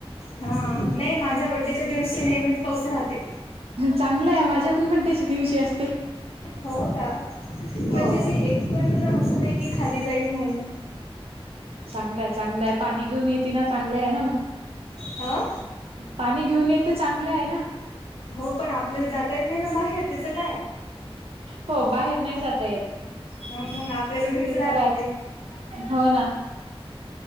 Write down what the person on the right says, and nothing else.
चांगलं आहे माझ्या पण बड्डेच्या दिवशी असते.
हो
चांगलंय चांगलंय पाणी घेऊन येेतिना चांगलं आहे ना मग.
पाणी घेऊन येत चांगलं आहे ना.
हो बाहेर नाही जात येत.
ते
तर
आहेच हो ना.